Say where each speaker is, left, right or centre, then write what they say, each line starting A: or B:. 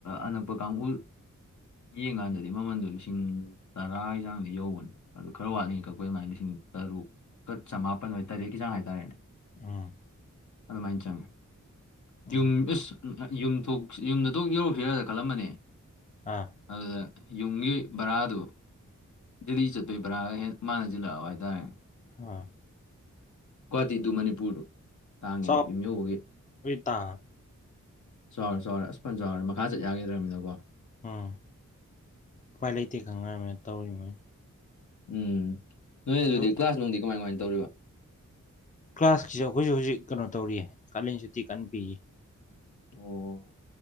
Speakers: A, on the left; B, on the left.
A: ꯑꯅꯛꯄ ꯀꯥꯡꯕꯨ ꯌꯦꯡꯀꯥꯟꯗꯗꯤ ꯃꯃꯟꯗꯣ ꯂꯤꯁꯤꯡ ꯇꯔꯥꯒꯤ ꯆꯥꯡꯗ ꯌꯧꯕꯅꯤ ꯑꯗꯨ ꯈꯔ ꯋꯥꯠꯂꯤꯉꯩ ꯀꯛꯄꯩ ꯑꯗꯨꯃꯥꯏꯅ ꯂꯤꯁꯤꯡ ꯇꯔꯨꯛꯀ ꯆꯃꯥꯄꯟ ꯑꯣꯏꯣꯏ ꯇꯔꯦꯠꯀꯤ ꯆꯥꯡ ꯍꯥꯏꯇꯥꯔꯦꯅꯦ
B: ꯑꯥ
A: ꯑꯗꯨꯃꯥꯏꯅ ꯆꯪꯉꯦ
B: ꯎꯝ
A: ꯌꯨꯝ ꯏꯁ ꯌꯨꯝꯊ ꯌꯨꯝꯗ ꯊꯣꯛꯣꯛ ꯌꯧꯔꯛꯁꯤꯔꯅ ꯈꯜꯂꯝꯕꯅꯦ
B: ꯑꯥ
A: ꯑꯗꯨꯗ ꯌꯨꯝꯒꯤ ꯕꯔꯥꯗꯣ ꯗꯦꯜꯂꯤ ꯆꯠꯇꯣꯏ ꯕꯔꯥꯒ ꯍꯦꯟ ꯃꯥꯟꯁꯤꯜꯂꯛꯑꯕ ꯍꯥꯏꯇꯥꯔꯦ
B: ꯑ
A: ꯒꯨꯋꯥꯍꯥꯇꯤ ꯇꯨ ꯃꯅꯤꯄꯨꯔꯗꯣ ꯇꯥꯡꯉꯦꯕ
B: ꯆꯥꯎ
A: ꯌꯨꯝ ꯌꯧꯕꯒꯤ
B: ꯇꯥ
A: ꯆꯥꯎꯔꯦ ꯆꯥꯎꯔꯦ ꯑꯁ ꯐꯖꯅ ꯆꯥꯎꯔꯦ ꯃꯈꯥ ꯆꯠ ꯌꯥꯈꯤꯗ꯭ꯔꯃꯤꯅꯀꯣ
B: ꯎꯝ ꯎꯄꯥꯏ ꯂꯩꯇꯦ ꯈꯪꯅꯤꯅ ꯇꯧꯔꯤ ꯃꯣꯏ <inaudible>
A: ꯎꯝ ꯅꯣꯏ
B: ꯑꯗꯨ
A: ꯑꯗꯨꯗꯤ ꯀ꯭ꯂꯥꯁ ꯅꯨꯡꯗꯤ ꯀꯃꯥꯏ ꯀꯃꯥꯏꯅ ꯇꯧꯔꯤꯕ
B: ꯀ꯭ꯂꯥꯁꯀꯤꯁꯨ ꯑꯩꯈꯣꯏꯁꯨ ꯍꯧꯖꯤꯛ ꯀꯩꯅꯣ ꯇꯧꯔꯤꯌꯦ ꯀꯥꯂꯦꯟ ꯁꯨꯇꯤ ꯀꯟꯅ ꯄꯤꯌꯦ
A: ꯑꯣ